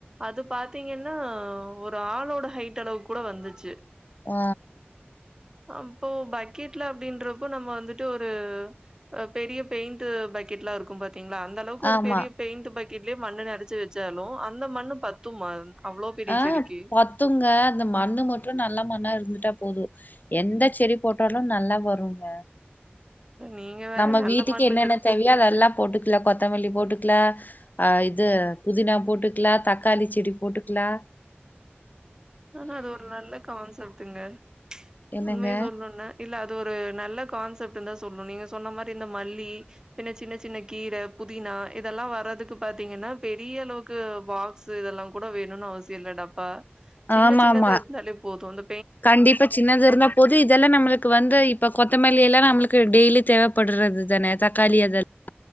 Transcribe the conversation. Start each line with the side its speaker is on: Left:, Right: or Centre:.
Right: அது பாத்தீங்கன்னா ஒரு ஆளோட ஹைட் அளவு கூட வந்துச்சு
Left: அ
Right: அப்போ பக்கெட்ல அப்டின்றப்போ நம்ம வந்துட்டு ஒரு பெரிய பெயிண்ட்டு பக்கெட்லா இருக்கும் பா தீங்ளா அந்த அளவுக்கு ஒரு
Left: ஆமா
Right: பெரிய பெயிண்ட் பக்கெட்லயே மண்ணு நெரச்சு வச்சாலு அந்த மண்ணு பத்துமா அவ்ளோ பெரிய
Left: ஆ
Right: செடிக்கு
Left: பத்துங்க அந்த மண்ணு மட்டு நல்லா மண்ணா இருந்துட்டா போது எந்த செடி போட்டாலு நல்லா வருங்க
Right: நீங்க வேற
Left: நம்ம
Right: நல்ல
Left: வீட்டுக்கு
Right: மண்ணுக்குதா
Left: என்னென்ன தேவயோ அதெல்லா போட்டுக்கலா கொத்தமல்லி போட்டுக் க்லா அ இது புதினா போட்டுக்லா தக்காளி செடி போட்டுக்லா
Right: ஆனா அது ஒரு நல்ல கான்சப்ட்ங்க
Left: என்னங்க
Right: உண்மைய சொல்னுனா இல்ல இது ஒரு நல்ல கான்செப்ட்ந்தா சொல்லனு நீங்க சொன்ன மாரி இந்த மல்லி பின்ன சின்ன சின்ன கீர புதி னா இதெல்லா வர்ற துக்கு பாத்தீங்கன்னா பெரிய அளவுக்கு பாக்ஸு இதெல்லா கூட வேணுனு அவசியம் இல்ல டப்பா சின்ன
Left: ஆமா
Right: சின்னது
Left: ஆமா
Right: ந்தாலே போது அந்த
Left: கண்டிப்பா சின்னது இருந்தா போது இதெல்லா நம்மளுக்கு வந்து இப்ப கொத்தமல்லி எல்லா நம்மளுக்கு டெய்லி தேவைப்படுறது தானே தக்காளி அதெல்லா